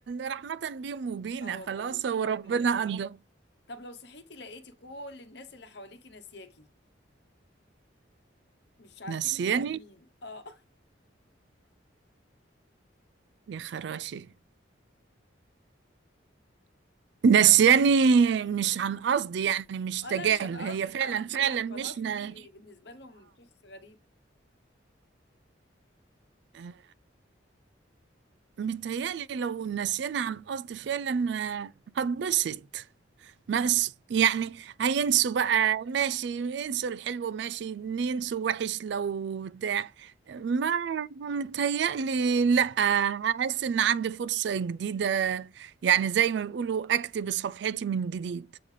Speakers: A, on the right; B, on the left.
A: رحمة بيهم وبينا
B: اه والله
A: خلاص
B: بينا
A: هو ربنا
B: وبيهم فعلا
A: قدر
B: طب لو صحيتي لقيتي كل الناس اللي حواليكي ناسياكي مش عارفينك
A: نسياني
B: انت مين اه
A: يا خراشي نسياني مش عن قصد يعني مش
B: اه
A: تجاهل
B: لا مش انا
A: هي
B: قصدي
A: فعلا
B: مش عارفينك
A: فعلا مش
B: خلاص
A: ن...
B: انت بالنسبه لهم شخص غريب
A: آه، متهيألي لو نسينا عن قصد فعلا آه، هتبسط ما اس- يعني هينسوا بقى ماشي ينسوا الحلو ماشي ينسوا وحش لو بتاع ما متهيألي لأ أحس إن عندي فرصة جديدة يعني زي ما بيقولوا أكتب صفحتي من جديد